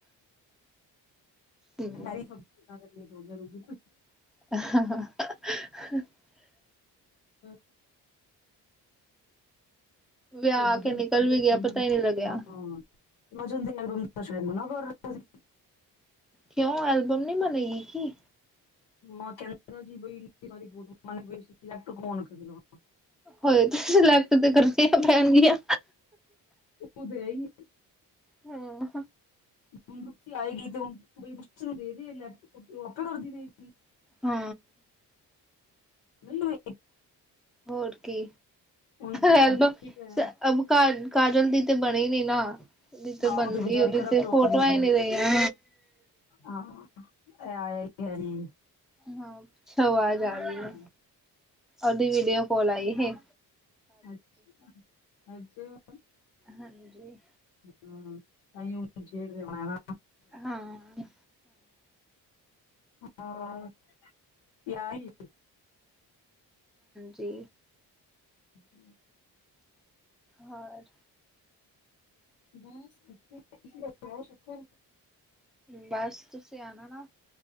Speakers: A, in the centre; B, on the left.
A: ਹੂੰ
B: ਹੈਰੀ ਸਬਜ਼ੀ। ਟੋਲੀਆਂ ਰੂਬੀ ਤਾਂ
A: <unintelligible>
B: ਆਹ। <unintelligible>
A: ਵਿਆਹ ਕੇ ਨਿਕਲ ਵੀ ਗਿਆ ਪਤਾ ਹੀ ਨਹੀਂ ਲੱਗਿਆ।
B: <unintelligible>
A: ਕਿਉਂ ਐਲਬਮ ਨੀ ਬਣੇਗੀ ਕਿ
B: ਮੈਂ ਕਹਿੰਦਾ ਸੀ ਵੀ ਲੈਪਟਾਪ ਔਨ ਕਰਲੋ।
A: ਹੋਏ ਤੇ ਸਿਲੈਕਟ ਤੇ ਕਰਤੀਆ ਪੈਣਗੀਆਂ।
B: ਉਹ ਦੇ ਹੀ
A: ਹੂੰ,
B: ਹੁਣ ਰੁਪੀ ਆਏਗੀ ਤੇ ਹੁਣ ਨੂੰ ਦੇ ਦੇ ਲੈਪਟੋਪ ਤੇ ਉਹ ਆਪੇ ਕਰਦੀ ਰਹੇਗੀ।
A: ਹੂੰ।
B: <unintelligible>
A: ਹੋਰ ਕੀ
B: ਹੁਣ ਸਾਡੀ
A: ਐਲਬੰਬ
B: ਵੀ ਭੈਣ
A: ਕਾਜਲ ਦੀ ਤੇ ਬਣੇ ਨੇ ਨਾ। ਉਹਦੀ
B: ਹਾਂ,
A: ਬਣਦੀ
B: ਉਹ ਤੇ ਬਚਾਰੀ
A: ਉਹਦੀ
B: ਕਰਪਟ
A: ਤੇ
B: ਹੋ
A: ਫੋਟੋਆਂ
B: ਗਈ ਸੀ
A: ਹੀ ਨਹੀਂ ਰਹੀਆਂ
B: ਹਾਂ ਐ। ਹੈਰੀ,
A: ਹਾਂ ਸਛ ਵਾਜ ਆ ਰਹੀ ਐ।
B: ਹੈ
A: ਔਦੀ ਵੀਡੀਓ ਕਾਲ ਆਈ ਸੀ।
B: ਅੱਛਾ-ਅੱਛਾ।
A: ਹਾਂਜੀ।
B: ਹੂੰ, ਕਈ <unintelligible>
A: ਹਾਂ-ਹਾਂ।
B: ਹਾਂ। ਜਾ ਹੀ।
A: ਜੀ।
B: ਹੂੰ,
A: ਹੋਰ?
B: ਤੁਸੀ <unintelligible>
A: ਬਸ, ਤੁਸੀਂ ਆਉਣਾ ਨਾ